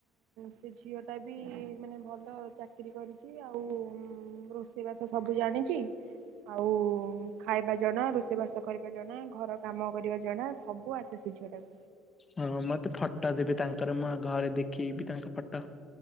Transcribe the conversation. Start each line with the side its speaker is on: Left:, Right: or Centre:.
Right: ସେ ଝିଅଟା ବି ମାନେ ଭଲ ଚାକିରିୀ କରିଛି। ଆଉ ମୁଁ ରୋଷେଇ ବାସ ସବୁ ଜାଣିଚି। ଆଉ ଖାଇବା ଜଣା ରୋଷେଇ ବାସ କରିବା ଜଣା ଘର କାମ କରିବା ଜଣା ସବୁ ଆସେ। ସେ ଝିଅ ଟା କୁ
Left: ହଁ ମତେ ଫଟ ଦେବେ। ତାଙ୍କର ମୁଁ ଘରେ ଦେଖେଇବି ତାଙ୍କ ଫଟ।